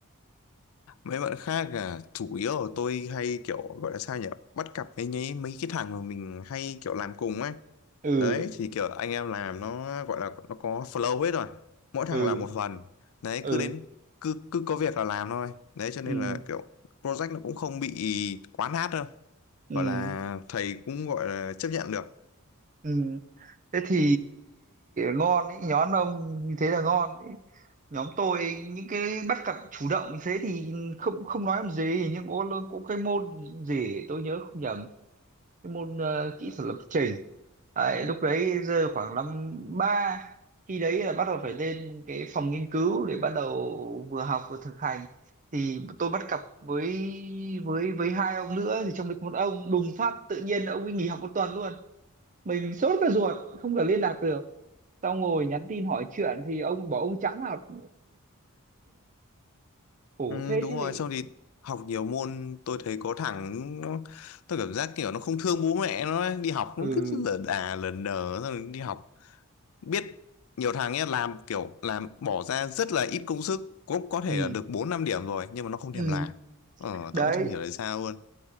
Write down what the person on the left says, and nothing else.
mấy bạn khác à chủ yếu là tôi hay kiểu gọi là sao nhỉ bắt cặp với nhí mấy cái thằng mà mình hay kiểu làm cùng ấy
đấy thì kiểu anh em làm nó gọi là nó có flow hết rồi mỗi thằng
làm một phần đấy
cứ đến cứ cứ có việc là làm thôi đấy cho nên
là kiểu project nó cũng không bị quá nát đâu
gọi là thầy cũng gọi là chấp nhận được
ừ,
đúng
rồi xong thì học nhiều môn tôi thấy có thằng nó tôi cảm giác kiểu nó không thương bố mẹ nó ấy. đi học
nó cứ lờ đà lờ đờ xong rồi đi học biết nhiều thằng ấy làm kiểu làm bỏ ra rất là ít công sức cũng có thể
là được 4 5 điểm rồi nhưng mà nó không thèm
làm ờ
tôi cũng không hiểu tại sao luôn